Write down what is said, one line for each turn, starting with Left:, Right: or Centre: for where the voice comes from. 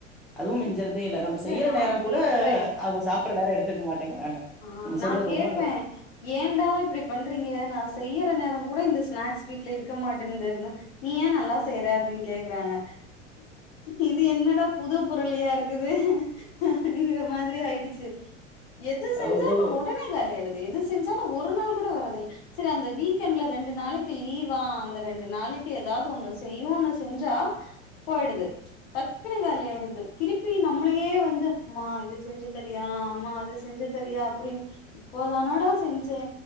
Centre: அதுவு மிஞ்சர அதே இல்ல நம்ம செய்யற
Left: நா
Centre: நேர
Left: கேப்பே
Centre: கூட அவங்க சாப்பற நேர எடுத்துக்க மாட்டேங்கிறாங்க
Left: ஆ
Centre: நீங்க
Left: நா
Centre: சொல்றது
Left: கேப்பே
Centre: ரொம்ப ந
Left: ஏன்டா இப்டி பண்றீங்க நா செய்யற நேர கூட இந்த ஸ்நாக்ஸ் வீட்ல இருக்க மாட்டேந்து அப்டின நீ ஏ நல்லா செய்யற அப்படின் கேக்குறாங்க இது என்னடா புது புருளியா இருக்குது அப்டிங்கிற மாதிரி ஆயிடுச்சு எது செஞ்சாலு
Centre: அ ஓ
Left: ஒடனே காலியாயிடுது எது செஞ்சாலு ஒரு நாள் கூட வரதில்ல சரி அந்த வீக்கெண்ட்ல ரெண்டு நாளைக்கு லீவா அந்த ரெண்டு நாளைக்கு ஏதாவது ஒண்ணு செய்வோன்னு செஞ்சா போயிடுது டக்குனு காலி ஆய்டுது திருப்பி நம்மளயே வந்து அம்மா இது செஞ்சு தரியா ஆமா அது செஞ்சு தரியா அப்டின் இப்போதானடா செஞ் சே